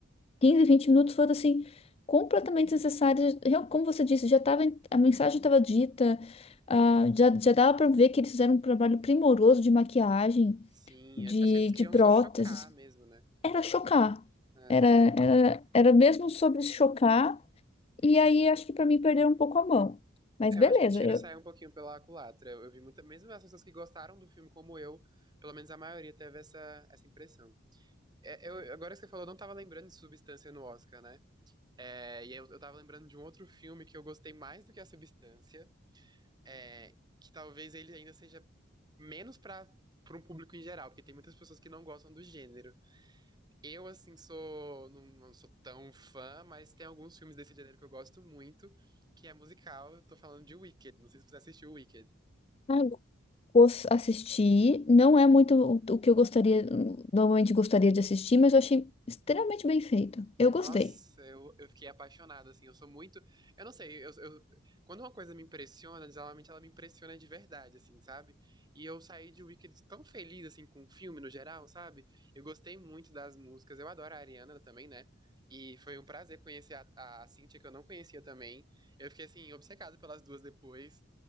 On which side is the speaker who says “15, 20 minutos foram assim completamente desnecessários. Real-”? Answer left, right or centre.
Left